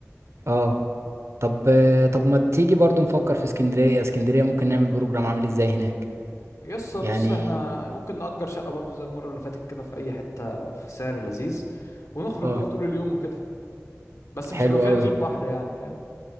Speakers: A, on the right; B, on the left.
A: اه طب طب ما تيجي برضو نفكر في اسكندرية اسكندرية ممكن نعمل بروجرام عامل ازاي هناك
B: يس بص
A: يعني
B: احنا ممكن نأجر شقه برضه زي المره اللي فاتت كده في اي حته في سعر لذيذ ونخرج
A: اه
B: بقى طول اليوم وكده بس مش
A: حلو
B: هيبقى فيها
A: قوي
B: نزول بحر يعني فاهم